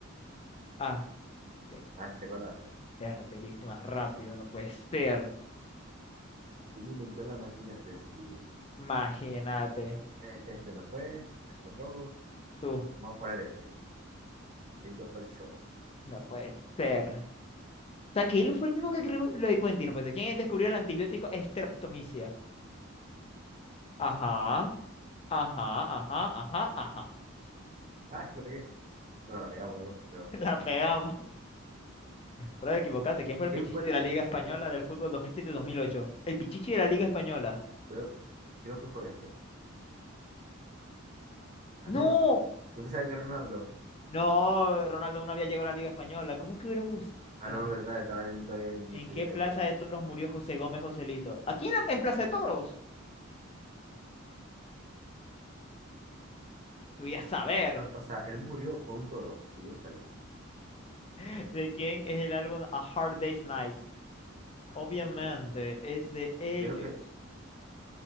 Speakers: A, on the left; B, on the right.
A: Ah, ok.
B: Ah, si te acordaste.
A: Ya te viste más rápido, no puede ser.
B: ¿Quién inventó la máquina de escribir?
A: Imagínate.
B: Eh, este no fue, este tampoco.
A: Tú,
B: Vamos a poner este. Christopher Scholz.
A: no puede ser. O sea, que él fue el mismo que creó lo de Quentin, no puede ser. ¿Quién descubrió el antibiótico streptomicina? Ajá, ajá, ajá, ajá, ajá.
B: Ah, lo pegué. No, no, la pegamos los dos, creo.
A: <laughs> La pegamos. Bro, equivocaste. ¿Quién fue el
B: ¿Quién
A: Pichichi
B: fue el
A: de la
B: pichiche?
A: Liga Española del fútbol 2007-2008? El Pichichi de la Liga Española.
B: Creo, creo que fue este. Ah,
A: ¡No!
B: no. Yo pensaba que Ronaldo.
A: No, Ronaldo no había llegado a la Liga Española. ¿Cómo que hubiera buscado?
B: Ah, no, es verdad, estaba en- todavía en
A: ¿En
B: Manchester
A: qué plaza
B: United. O
A: de toros murió José Gómez Joselito? ¿Aquí en, la- en Plaza de Toros? Yo voy a saber
B: o- o sea, él murió por un toro. Viértale.
A: <laughs> de quién es el álbum A Hard Day's Night.
B: Ajá,
A: Obviamente
B: sí, sí.
A: es de ellos.
B: Creo que